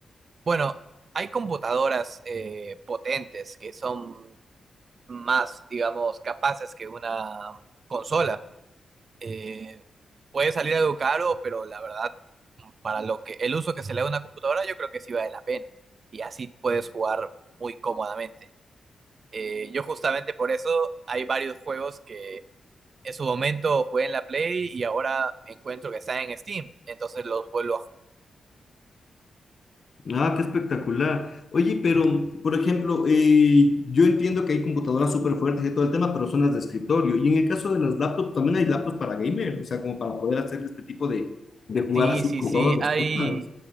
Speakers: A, on the right; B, on the left.
A: Bueno, hay computadoras eh, potentes que son más, digamos, capaces que una consola. Eh, puede salir algo caro, pero la verdad, para lo que el uso que se le da a una computadora, yo creo que sí vale la pena. Y así puedes jugar muy cómodamente. Eh, yo justamente por eso hay varios juegos que en su momento jugué en la Play y ahora encuentro que están en Steam. Entonces los vuelvo a jugar.
B: Ah, qué espectacular. Oye, pero, por ejemplo, eh, yo entiendo que hay computadoras súper fuertes y todo el tema, pero son las de escritorio. Y en el caso de las laptops, también hay laptops para gamer, o sea, como para poder hacer este tipo de, de jugar
A: Sí,
B: así
A: sí,
B: con
A: sí,
B: todas las
A: hay,
B: cosas.